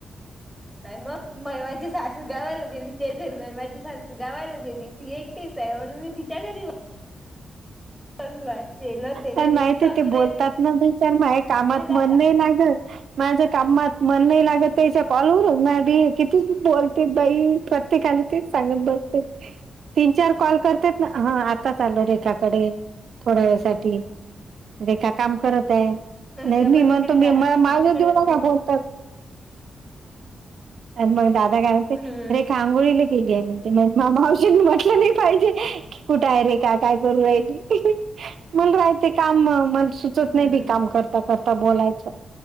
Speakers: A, on the left (about 15°); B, on the right (about 70°).
A: मग महिमाची सासू गावायला गेली जथ महिमाची सासू गावायला गेली. ती एकटीच आहे म्हनुन मी तिच्या घरी बसलोय तेल तेल
B: प
A: हेच
B: माहिित
A: सांगू
B: ते बोलतात ना बीचार म हे कामात
A: राहिले दादा
B: मन नाही लागत माझ्या कामात मन नाही लागत त्याच्या कॉलवरून ना बी कितीची बोलते बाई प्रत्येकाला तेच सांगत बघते. तीन चार कॉल करते ना ह आता चालो त्याच्याकडे. थोड्या वेळासाठी रेखा काम करत आहे. नाही
A: डबल
B: नाही म्हग
A: तिकडे
B: तुम्ही
A: जात
B: मला
A: असेल
B: माझ
A: दुसरीकडे
B: देऊ नका
A: मग मग
B: फोन तर. आणि मग दादा काय म्हणतोय
A: हम्म
B: आंगोळ केली म्हण मग मामाऊशीनी म्हटलं नाही पाहिजे की कुठे आहे रेखा काय करू राहील. मग राहायच काम मला सुचत
A: हम्म
B: नाही बी काम करता करता बोलायचं.